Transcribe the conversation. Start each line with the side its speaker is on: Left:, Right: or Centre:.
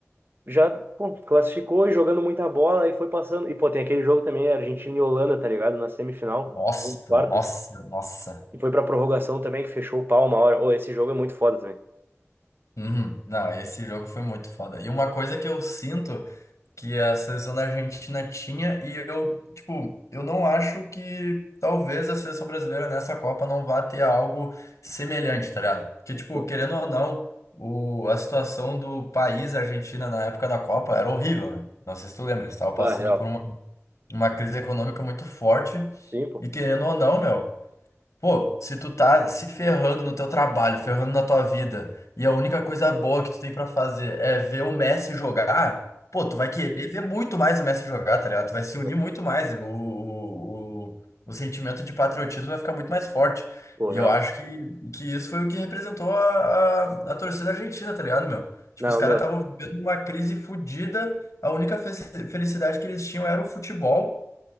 Right: já, pô, classificou e jogando muita bola, e foi passando. E, pô, tem aquele jogo também, Argentina e Holanda, tá ligado? Na semifinal,
Left: Nossa,
Right: em quartas.
Left: nossa, nossa.
Right: E foi pra prorrogação também, que fechou o pau uma hora. Ô, esse jogo é muito foda também.
Left: Uhum. Não, esse jogo foi muito foda. E uma coisa que eu sinto que a seleção da Argentina tinha, e eu, tipo, eu não acho que talvez a seleção brasileira nessa Copa não vá ter algo semelhante, tá ligado? Porque, tipo,
Right: Pô,
Left: querendo ou não, o, a situação do país a Argentina na época da Copa era horrível, né? Não sei se tu lembra, eles estavam passando
Right: Ah, real.
Left: por uma, uma crise econômica muito forte,
Right: Sim, pô.
Left: e querendo ou não, meu. Pô, se tu tá se ferrando no teu trabalho, ferrando na tua vida, e a única coisa boa que tu tem pra fazer é ver o Messi jogar, pô, tu vai querer ver muito mais o Messi jogar, tá ligado? Tu vai se unir
Right: Pô,
Left: muito mais, o, o, o, o sentimento de patriotismo vai ficar muito mais forte.
Right: pô,
Left: E
Right: real.
Left: eu acho que, que isso foi o que representou a, a, a torcida argentina, tá ligado, meu? Tipo,
Right: Não,
Left: os caras
Right: meu.
Left: estavam vivendo uma crise fodida, a única fe- felicidade que eles tinham era o futebol.